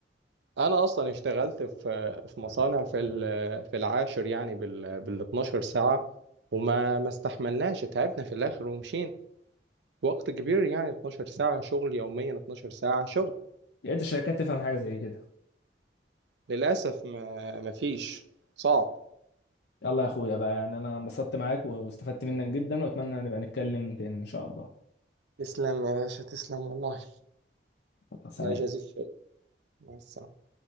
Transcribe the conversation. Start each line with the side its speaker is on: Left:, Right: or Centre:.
Right: أنا أصلا اشتغلت في في مصانع في ال- في العاشر يعني بال بال 12 ساعة وما ما استحملناش تعبنا في الآخر ومشينا وقت كبير يعني 12 ساعة شغل يوميا 12 ساعة شغل
Left: يا ريت الشركات تفهم حاجه زي كده
Right: للأسف ما ما فيش صعب
Left: يلا يا اخويا بقى يعني انا انبسطت معاك واستفدت منك جدا واتمنى نبقى نتكلم تاني ان شاء الله
Right: تسلم يا باشا تسلم والله
Left: الله سلام
Right: الله يجازيك خير مع السلامة